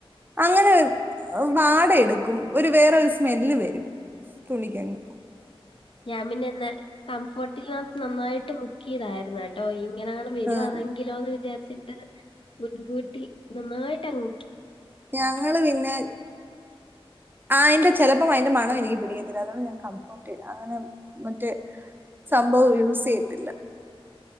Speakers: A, on the right (about 20°); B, on the left (about 60°).
A: അങ്ങനെ വാട എടുക്കും ഒരു വേറെ ഒരു സ്മെല്ല് വരും വേരും തുണിക്കങ്ങ്
B: ഞാൻ പിന്നെ ഇന്ന് കംഫോർട്ടിൽകത്ത് നന്നായിട്ട് മുക്കിയതായിരുന്നു കേട്ടോ ഈ ഇങ്ങനെങ്ങാണം വരുവാണെങ്കിലോ
A: ഉം.
B: എന്ന് വിചാരിച്ച് മുൻകൂട്ടി നന്നായിട്ടങ്ങ്
A: ഞങ്ങള് പിന്നെ ആയിന്റെ ചെലപ്പോം അയിന്റെ മണം എനിക്ക് പിടികത്തില്ല അതോണ്ട് ഞാൻ കംഫോർട്ട് ഇടാതെ മറ്റേ സംഭവം യൂസ് ചെയ്യത്തില്ല